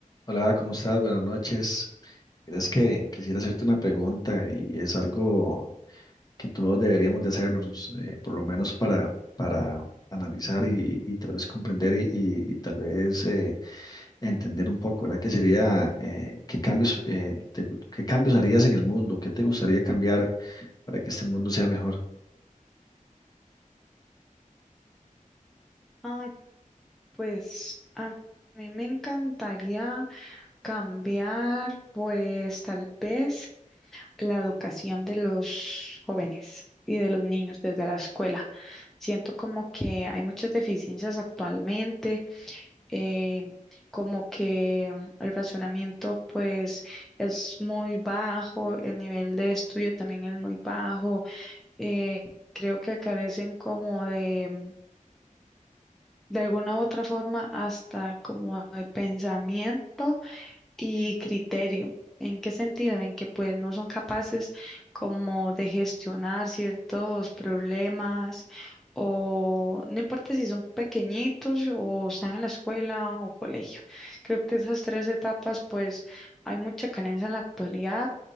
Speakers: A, on the left; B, in the centre.
A: Hola, ¿cómo estás? Buenas noches. Verás que quisiera hacerte una pregunta y es algo que todos deberíamos de hacernos, eh, por lo menos para, para analizar y, y tal vez comprender y, y- y tal vez eh, entender un poco, ¿verdad? Que sería, eh, ¿qué cambios, eh, te qué cambios harías en el mundo? ¿Qué te gustaría cambiar para que este mundo sea mejor?
B: Ay, pues a mí me encantaría cambiar, pues tal vez la educación de los jóvenes y de los niños desde la escuela. Siento como que hay muchas deficiencias actualmente, eh, como que mm, el razonamiento pues es muy bajo, el nivel de estudio también es muy bajo, eh, creo que carecen como de... de alguna u otra forma hasta como de pensamiento y criterio. ¿En qué sentido? En que pues no son capaces como de gestionar ciertos problemas o no importa si son pequeñitos o están en la escuela o colegio. Creo que esas tres etapas pues hay mucha carencia en la actualidad